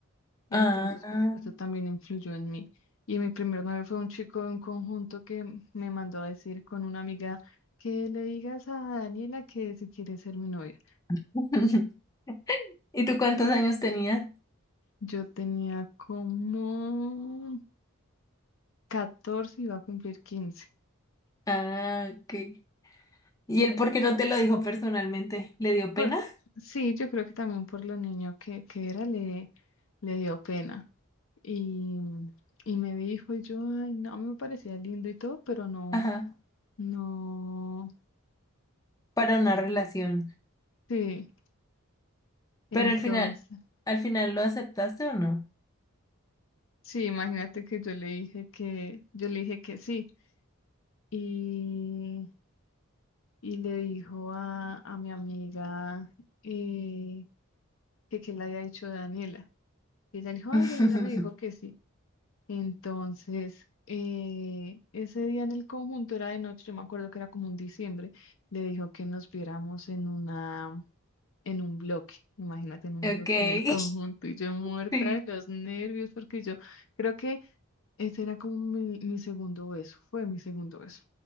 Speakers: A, on the left (about 60°); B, on the left (about 15°).
A: Entonces,
B: ah.
A: pues, eso también influyó en mí. Y mi primer novio fue un chico de un conjunto que m- me mandó a decir con una amiga que le digas a Daniela que si quiere ser mi novia.
B: <laughs> ¿Y tú cuántos años tenías?
A: Yo tenía como 14 y iba a cumplir quince
B: Ah, ok. ¿Y él por qué no te lo dijo personalmente? ¿Le dio pena?
A: Por, sí, yo creo que también por lo niño que, que era le, le dio pena. Y, y me dijo, y yo, ay, no, a mí me parecía lindo y todo, pero no,
B: Ajá,
A: no,
B: para una relación.
A: sí. Entonces...
B: Pero al final, ¿al final lo aceptaste o no?
A: Sí, imagínate que yo le dije que, yo le dije que sí. Y, y le dijo a, a mi amiga eh, que, que le había dicho Daniela. Y ella le dijo,
B: <laughs>
A: ay, Daniela me dijo que sí. Entonces, eh, ese día en el conjunto era de noche, yo me acuerdo que era como un diciembre, le dijo que nos viéramos en una, en un bloque. Imagínate, en un
B: Ok,
A: bloque
B: <laughs>
A: del conjunto y yo muerta
B: sí.
A: de los nervios porque yo creo que Ese era como mi, mi segundo beso, fue mi segundo beso.